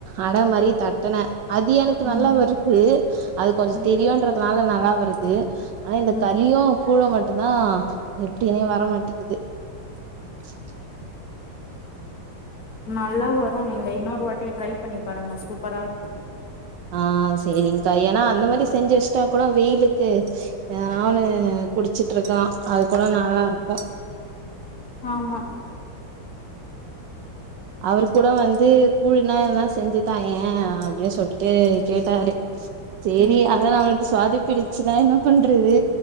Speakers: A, on the right (about 75°); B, on the left (about 55°).
A: அட மாதிரி தட்டனே அது எனக்கு
B: ம்
A: நல்லா வருது அது கொஞ்சம்
B: ம்
A: தெரியும்ன்றதுனால ந நல்லா வருது ஆனா இந்த
B: ம்
A: கலியும் கூட மட்டும் தா எப்படனே வரமாட்டேங்கது <inaudible>
B: நல்லா வரும் நீங்க இன்னொரு வாட்டி ட்ரை பண்ணி பாருங்க சூப்பரா இருக்கு
A: ஆஹ் சரி்கா ஏன்னா அந்த மாதிரி செஞ்சு வச்சுட்டா கூட வெயிலுக்கு நாவன்னு குடிச்சுட்டு இருக்கலாம் அது கூட நல்லா இருக்கும்
B: ஆமா
A: அவரு கூட வந்து கூல்னா என்னா செஞ்சுதா ஏ அப்படியே சொல்லிட்டு கேட்டாரு சரி
B: ம்
A: அதால அவனுது சுவாதி பிடிச்சுன்னா என்ன பண்றது